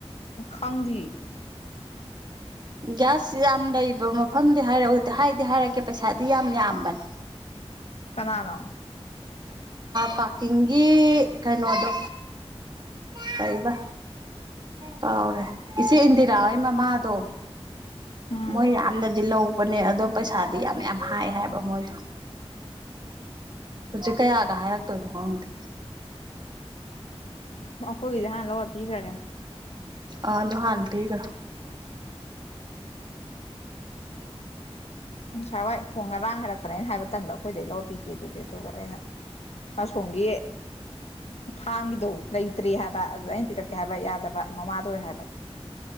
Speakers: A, on the left; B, on the right.
A: ꯈꯪꯗꯤ
B: ꯒ꯭ꯌꯥꯁ ꯌꯥꯝ ꯂꯩꯕ ꯃꯐꯝꯗꯤ ꯍꯥꯏꯔ ꯍꯥꯏꯗꯤ ꯍꯥꯏꯔꯛꯀꯦ ꯄꯩꯁꯥꯗꯤ ꯌꯥꯝ ꯌꯥꯝꯕꯅꯦ
A: ꯀꯅꯥꯅꯣ
B: ꯄꯥꯔꯀꯤꯡꯒꯤ ꯀꯩꯅꯣꯗꯣ ꯇꯕ
A: ꯎꯝ
B: ꯀꯥꯎꯔꯦ ꯏꯆꯦ ꯏꯟꯗꯤꯔꯥ ꯍꯣꯏ ꯃꯃꯥꯗꯣ
A: ꯎꯝ
B: ꯃꯣꯏ ꯔꯥꯟꯅꯗ ꯂ ꯄꯅꯦ ꯑꯗꯣ ꯄꯩꯁꯥꯗꯤ ꯌꯥꯝ ꯌꯥꯝ ꯍꯥꯏ ꯍꯥꯏꯕ ꯃꯣꯏꯗꯣ ꯍꯧꯖꯤꯛ ꯀꯌꯥꯒ ꯍꯥꯏꯔꯛꯇꯣꯏꯅꯣ ꯈꯪꯗꯦ
A: <unintelligible> ꯍꯦꯟ ꯂꯒ ꯄꯤꯁꯔꯒꯦ
B: ꯑ ꯂꯨꯍꯥꯟ ꯊꯤꯒ
A: ꯉꯁꯥꯏ ꯍꯏ ꯐꯣꯡ ꯉꯔꯥꯡ ꯍꯥꯏꯔꯛꯄꯅꯦ ꯑꯩꯅ ꯍꯥꯏꯕ ꯇꯟꯕ ꯑꯩꯈꯣꯏꯗꯒꯤꯩ ꯂꯧꯕꯤꯒꯦ ꯑꯗꯨꯗꯤ ꯑꯗꯨꯒ ꯑꯩꯅ ꯑ ꯁꯒꯑ ꯐꯥꯝꯒꯤꯗꯣ ꯂꯩꯇ꯭ꯔꯤ ꯍꯥꯏꯕ ꯑꯗꯨꯗ ꯑꯩꯅ ꯄꯤꯔꯛꯀꯦ ꯍꯥꯏꯕ ꯌꯥꯗꯕ ꯃꯃꯥꯗ ꯑꯣꯏ ꯍꯥꯏꯕ